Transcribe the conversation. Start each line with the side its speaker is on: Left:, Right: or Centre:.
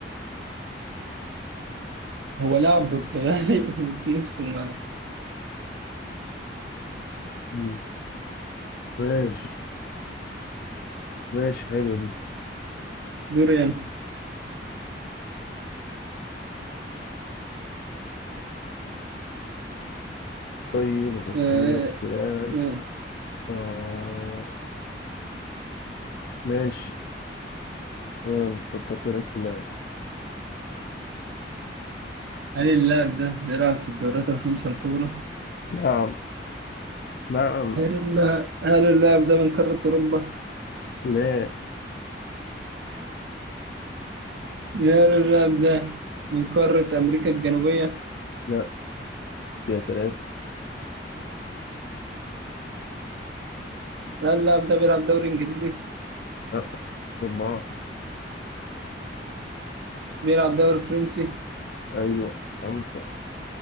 Right: هو لاعب برتغالي <laughs> في نص الملعب
Left: مم. ماشي ماشي حلوة دي
Right: دوريان
Left: طيب أفكر
Right: آه
Left: لك في لاعب
Right: آه.
Left: آه ماشي آه، فكرت لك في لاعب
Right: هل اللاعب ده بيلعب في الدوريات الخمسة الكبرى؟
Left: نعم نعم
Right: هل اللاعب هل اللاعب ده من قارة أوروبا؟
Left: لا
Right: هل اللاعب ده من قارة أمريكا الجنوبية؟
Left: لا كده تلاتة
Right: هل اللاعب ده بيلعب دوري إنجليزي؟
Left: لا أربعة
Right: بيلعب دوري فرنسي
Left: أيوة خمسة